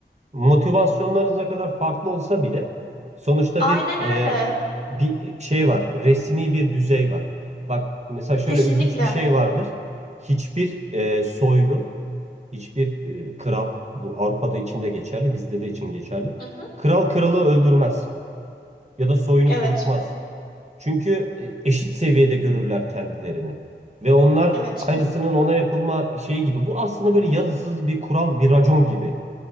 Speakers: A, on the right; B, on the left.
A: motivasyonlarınız ne kadar farklı olsa bile sonuçta
B: Aynen
A: bir e,
B: öyle.
A: bir şey var. Resmi bir düzey var. Bak mesela şöyle
B: Kesinlikle.
A: ilginç bir şey vardır. Hiçbir e, soylu, hiçbir e, kral bu Avrupa'da için de geçerli, bizde de için geçerli.
B: Hı hı.
A: Kral kralı öldürmez ya da soyunu
B: Evet.
A: kurutmaz. Çünkü e, eşit seviyede görürler kendilerini. Ve onlar
B: Evet.
A: aynısının ona yapılma şeyi gibi. Bu aslında böyle yazısız bir kural, bir racon gibi.